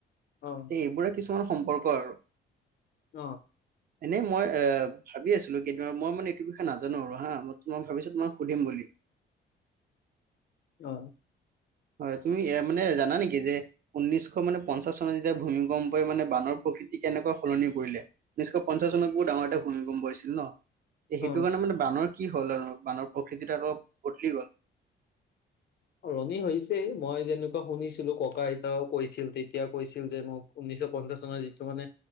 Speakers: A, on the left (about 55°); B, on the right (about 50°).
A: অ
B: তে এইবোৰে কিছুমান সম্পৰ্ক আৰু।
A: অ
B: এনেই মই এ ভাবি আছিলো কি মই মানে এইটো বিষয়ে নাজানো আৰু হা মই তোমাক ভাবিছো তোমা সুধিম বুলি।
A: অ।
B: হয় তুমি মানে জানা নেকি যে, ঊনৈশ মানে পঞ্চাশ চনত যেতিয়া ভূমিকম্পই মানে বানৰ প্ৰকৃতি কেনেকৈ সলনি কৰিলে ঊনৈশ পঞ্চাশ চনত বহুত ডাঙৰ এটা ভূমিকম্প হৈছিল ন',। এ'
A: অ
B: সেইটো কাৰণে মানে বানৰ কি হ'ল আৰু বানৰ প্ৰকৃতিটো অলপ বদলি গল।
A: সলনি হৈছে মই যেনেকুৱা শুনিছিলো ককা- আইতাও কৈছিল তেতিয়া কৈছিল যে মোক শুনি ঊনিচ্চ পঞ্চাশ চনৰ যিটো মানে